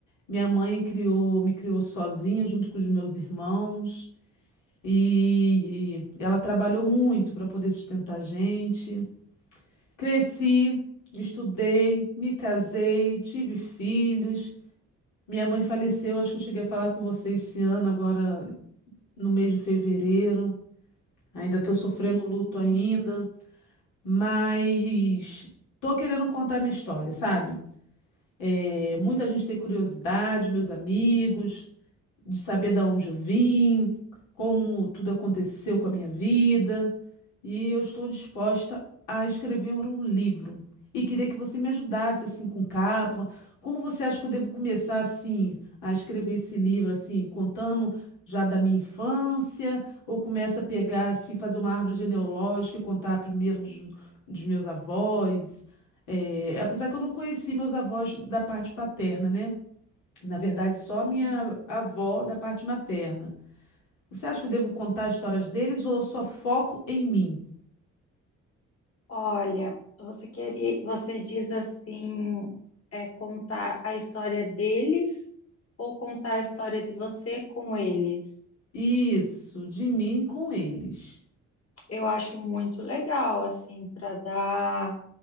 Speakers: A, on the left (about 85°); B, on the left (about 55°).
A: Minha mãe criou, me criou sozinha junto com os meus irmãos e ela trabalhou muito para poder sustentar a gente. Cresci, estudei, me casei, tive filhos. Minha mãe faleceu, acho que eu cheguei a falar com você esse ano, agora no mês de fevereiro. Ainda estou sofrendo
B: Uhum,
A: luto ainda, mas tô querendo contar minha história, sabe? É, muita gente tem curiosidade, meus amigos, de saber da onde eu vim, como tudo aconteceu com a minha vida. E eu estou disposta a escrever um livro. E queria que você me ajudasse assim com capa. Como você acha que eu devo começar assim a escrever esse livro assim, contando já da minha infância, ou começa a pegar assim, fazer uma árvore genealógica e contar primeiro dos, dos meus avós? É, apesar que eu não conheci meus avós da parte paterna, né? Na verdade, só
B: sim.
A: minha avó da parte materna. Você acha que eu devo contar histórias deles ou só foco em mim?
B: Olha, você queria, você diz assim, é contar a história deles ou contar a história de você com eles?
A: Isso, de mim com eles.
B: Eu acho muito legal, assim, para dar